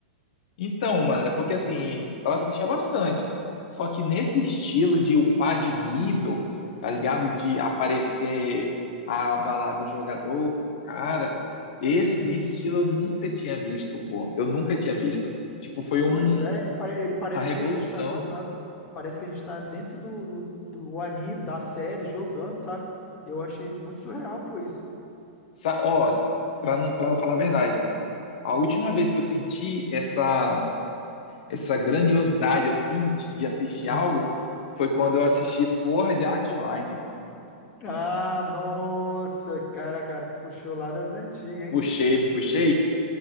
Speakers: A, on the left (about 65°); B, on the left (about 30°).
A: então, mano, é porque assim, eu assistia bastante. Só que nesse estilo de upar de nível, tá ligado? De aparecer a balada do jogador pro cara, esse
B: Uhum.
A: estilo eu nunca tinha visto, pô. Eu nunca
B: Po-
A: tinha visto. Tipo, foi um,
B: Pois é, ele, pare- ele parece
A: uma revolução.
B: que a gente tá jogando. Parece que a gente tá dentro do, do, do anime, da série, jogando, sabe? Eu achei muito surreal, pô, isso.
A: Sa- Olha, para não para falar a verdade, a última vez que eu senti essa essa grandiosidade assim de de assistir
B: Uhum.
A: algo foi quando eu assisti Sword Art Online, pô.
B: Ah, nossa, cara, cara, tu puxou lá das antigas, hein?
A: Puxei, não puxei?